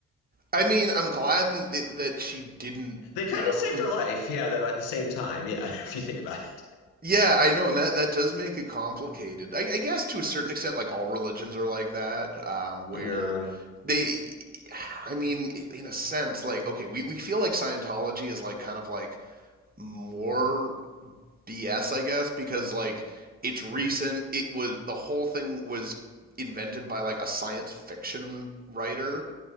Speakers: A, on the right; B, on the left.
A: I mean, I'm glad that that she didn't.
B: They kind
A: You know,
B: of saved her life, yeah, though at the same time, yeah, <laughs> if you think about it.
A: yeah, I know, and that that does make it complicated. I, I guess to a certain extent, like all religions are like that, um, where
B: Yeah.
A: they. I mean, in a sense, like okay, we, we feel like Scientology is like kind of like more BS, I guess, because like it's recent. It was the whole thing was invented by like a science fiction writer,